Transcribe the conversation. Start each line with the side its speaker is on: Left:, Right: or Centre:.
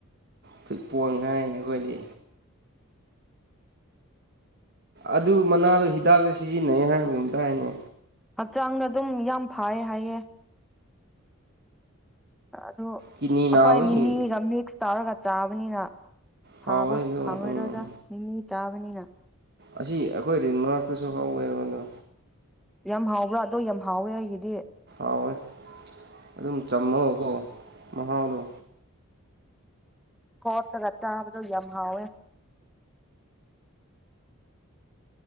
Right: ꯐꯨꯠꯕ‌ꯣꯟ ꯍꯥꯏꯔꯤꯅꯦ ꯑꯩꯈꯣꯏꯗꯤ ꯑꯗꯨ ꯃꯅꯥꯗꯣ ꯍꯤꯗꯥꯛꯇ ꯁꯤꯖꯤꯟꯅꯩ ꯍꯥꯏꯕꯒꯝꯇꯥꯏꯅꯦ
Centre: ꯍꯛꯆꯥꯡꯅ ꯑꯗꯨꯝ ꯌꯥꯝ ꯐꯌꯦ ꯍꯥꯏꯌꯦ ꯑꯗꯣ
Right: ꯀꯤꯅꯤ ꯅꯥꯕꯁꯤꯡ
Centre: ꯑꯩꯈꯣꯏ ꯃꯤꯃꯤ ꯔꯥꯃꯤꯛꯁ ꯇꯥꯔꯒ ꯆꯥꯕꯅꯤꯅ ꯐꯥꯕ
Right: ꯍꯥꯎꯋꯦ ꯑꯗꯣ
Centre: ꯐꯪꯉꯣꯏꯔꯗ
Right: ꯎꯝ
Centre: ꯃꯤꯃꯤ ꯆꯥꯕꯅꯤꯅ
Right: ꯑꯁꯤ ꯑꯩꯈꯣꯏ ꯔꯤꯟ ꯃꯅꯥꯛꯇꯁꯨ ꯍꯧꯋꯦꯕ ꯑꯗꯣ
Centre: ꯌꯥꯝ ꯍꯥꯎꯕ꯭ꯔꯥ ꯑꯗꯣ ꯌꯥꯝ ꯍꯥꯎꯋꯦ ꯑꯩꯒꯤꯗꯤ
Right: ꯍꯥꯎꯋꯦ ꯑꯗꯨꯝ ꯆꯝꯃꯒꯀꯣ ꯃꯍꯥꯎꯗꯨ
Centre: ꯀ‌ꯣꯠꯂꯒ ꯆꯕꯗꯨ ꯌꯥꯝ ꯍꯥꯎꯋ‌ꯦ